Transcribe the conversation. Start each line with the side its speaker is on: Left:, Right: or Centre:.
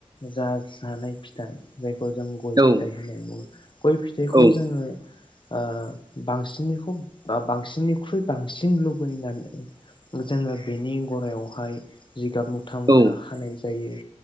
Left: जा जानाय फिथाइ जाय खौ जों
Right: औ
Left: गय फिथाइ
Right: औ
Left: होनाय बुङो गय फिथाइखौ
Right: औ
Left: जोङो ओ बांसिनखौ बांसिननिख्रुइ बांसिन लुबैनानै जोङो बेनि गरायावहाय जिगाब मुथा मुथा
Right: औ
Left: खानाय जायो